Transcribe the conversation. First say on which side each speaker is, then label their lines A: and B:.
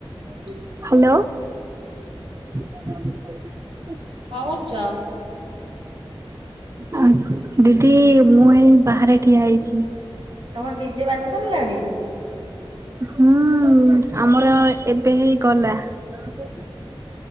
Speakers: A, on the right (about 65°); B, on the right (about 30°).
A: କଣ
B: ହ୍ୟାଲୋ। ଆ
A: କଣ କରୁଚ?
B: ଆ ଦିଦି ମୁଁ ହେଇ ବାହାରେ ଠିଆ ହେଇଛି।
A: ତମର ଡିଜେ ବାଜି ସାରିଲାଣି।
B: ହଁ ଆମର ଏବେ ହେଇ ଗଲା। ଆ କ